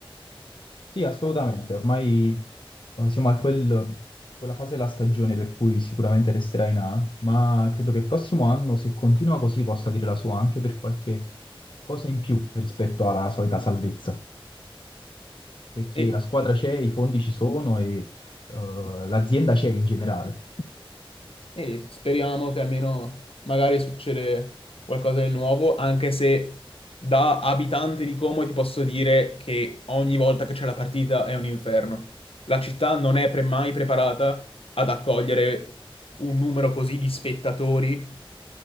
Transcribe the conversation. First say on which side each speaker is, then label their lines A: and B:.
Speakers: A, on the left; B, on the left.
A: Sì, assolutamente. Ormai Eh, siamo a quel- quella fase della stagione per cui sicuramente resterà in A, ma credo che il prossimo anno, se continua così, possa dire la sua anche per qualche cosa in più rispetto alla solita salvezza, perché
B: E
A: la squadra c'è, i fondi ci sono e eh, l'azienda c'è in generale.
B: E speriamo che almeno magari succede qualcosa di nuovo, anche se da abitante di Como ti posso dire che ogni volta che c'è la partita è un inferno. La città non è pre- mai preparata ad accogliere un numero così di spettatori